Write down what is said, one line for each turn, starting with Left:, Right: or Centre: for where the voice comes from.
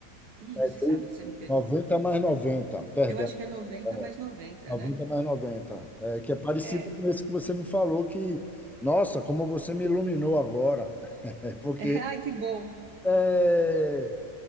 Right: Ih,
Centre: É,
Right: você
Centre: 30
Right: sabe que você me pegou?
Centre: 90 mais noventa perdão.
Right: Eu acho que é 90
Centre: é.
Right: mais 90,
Centre: noventa
Right: né?
Centre: mais 90, É, que é parecido
Right: É.
Centre: com esse que você me falou, que, nossa, como você me iluminou agora. <laughs> É porque
Right: <laughs> Ai, que bom.
Centre: é,